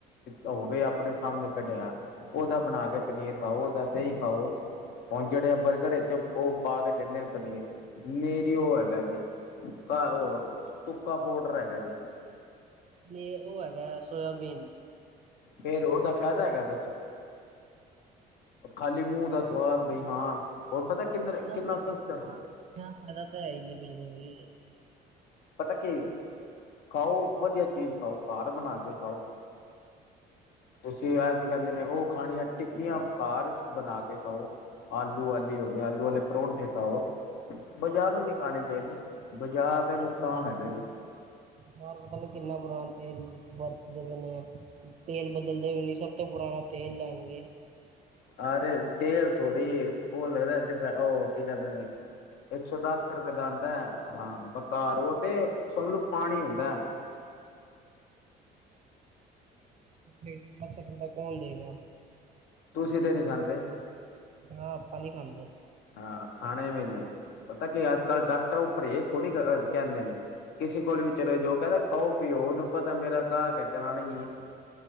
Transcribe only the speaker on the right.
ਤੇ ਉਹ ਹੈਗਾ। ਸੋਇਆਬੀਨ
ਫਾਇਦਾ
ਫਾਇਦਾ
ਤਾਂ ਹੈ ਨਹੀਂ ਬਿਲਕੁਲ ਵੀ
ਯਾਰ ਪਤਾ ਨ ਕਿੰਨਾ ਪੁਰਾਣਾ ਤੇਲ ਵਰਤਦੇ ਪਣੇ ਤੇਲ ਬਦਲਦੇ ਵੀ ਨ ਸਭ ਤੋਂ ਪੁਰਾਣਾ ਤੇਲ ਲੈਣਗੇ
ਦਸ ਰੁਪਏ ਦਾ ਕੌਣ ਦੇਗਾ
ਹਾਂ ਆਪਾਂ ਨਹੀਂ ਖਾਂਦੇ